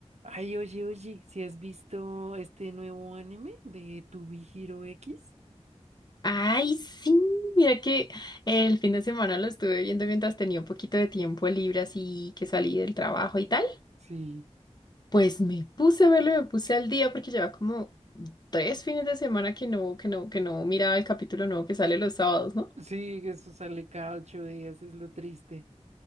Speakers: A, on the right (about 70°); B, on the left (about 35°).
A: Ay, oye, oye, ¿si has visto este nuevo anime de To Be Hero X?
B: Ay, sí, mira que el fin de semana lo estuve viendo mientras tenía un poquito de tiempo libre, así que salí del trabajo y tal.
A: Sí,
B: Pues me puse a verlo, me puse al día porque lleva como tres fines de semana que no, que no, que no miraba el capítulo nuevo que sale los sábados, ¿no?
A: sí, eso sale cada ocho días, es lo triste.